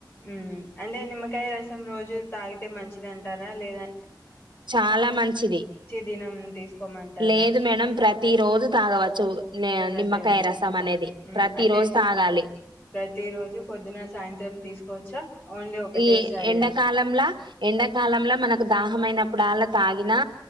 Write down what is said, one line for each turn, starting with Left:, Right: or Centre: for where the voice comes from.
Left: ఉ అంటే నిమ్మకాయ రసం రోజు తాగితే మంచిదింటారా లేదా
Right: చాలా మంచిది
Left: దినం తీసుకోమంటారా
Right: లేదు మేడం ప్రతి రోజు తాగవచ్చు నే
Left: ప్రతి
Right: నిమ్మకాయ
Left: రోజు
Right: రసం అనేది
Left: ఉమ్
Right: ప్రతి
Left: అంటే
Right: రోజు తాగాలి
Left: ప్రతి రోజు పొద్దున్న సాయంత్రం తీసుకోవచ్చా ఓన్లీ ఒకటేసారియా
Right: ఈ ఎండాకాలంలా ఎండాకాలంలా మనకు దాహమైన ప్పుడల్ల తాగినా